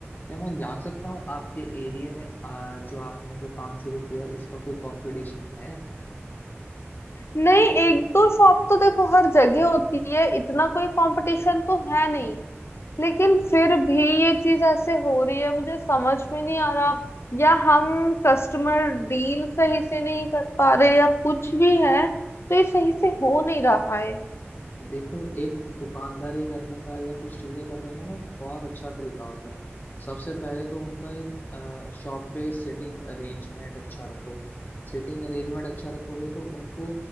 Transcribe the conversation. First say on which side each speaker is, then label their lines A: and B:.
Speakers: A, on the left; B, on the left.
A: क्या मैं जान सकता हूँ आपके एरिया में अ, जो आपने जो काम शुरू किया उसका कोई कंपटीशन है
B: नहीं एक दो शॉप तो देखो हर जगह होती है इतना कोई कंपटीशन तो है नहीं लेकिन फिर भी ये चीज ऐसे हो रही है मुझे समझ में नहीं आ रहा या हम कस्टमर डील सही से नहीं कर पा रहे या कुछ भी है तो ये सही से हो नहीं रहा है
A: देखो एक दुकानदारी करने का या कुछ चीजें करने का ना एक बहुत अच्छा तरीका होता है सबसे पहले तो उनका एक शॉप पे सिटिंग अरेंजमेंट अच्छा रखो सिटिंग अरेंजमेंट अच्छा रखोगे तो उनको